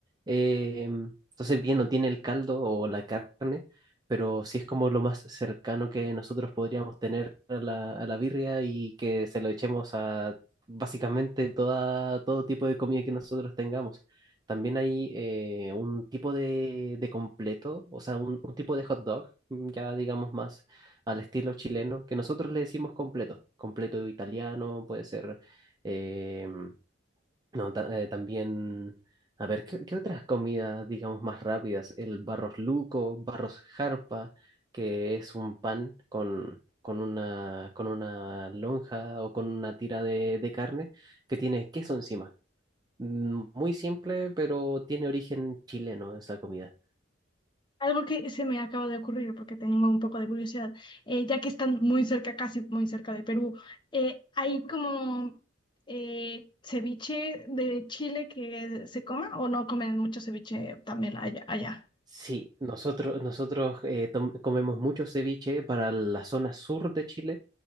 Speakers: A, on the right; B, on the left.
A: Eh, entonces, bien, no tiene el caldo o la carne, pero sí es como lo más cercano que nosotros podríamos tener a la, a la birria y que se lo echemos a básicamente toda, todo tipo de comida que nosotros tengamos. También hay eh, un tipo de, de completo, o sea, un, un tipo de hot dog, mm, ya digamos más al estilo chileno, que nosotros le decimos completo. Completo italiano, puede ser. eh, no, ta- eh, también. A ver, ¿qué, qué otras comidas, digamos, más rápidas? El barros luco, barros jarpa, que es un pan con, con una, con una lonja o con una tira de de carne que tiene queso encima. Mm, Muy simple, pero tiene origen chileno esa comida.
B: Algo que se me acaba de ocurrir porque tengo un poco de curiosidad, eh, ya que están muy cerca, casi muy cerca de Perú, eh, ¿hay como eh, ceviche de Chile que se coma o no comen mucho ceviche también allá, allá?
A: Sí, nosotros, nosotros eh, tom- comemos mucho ceviche para la zona sur de Chile.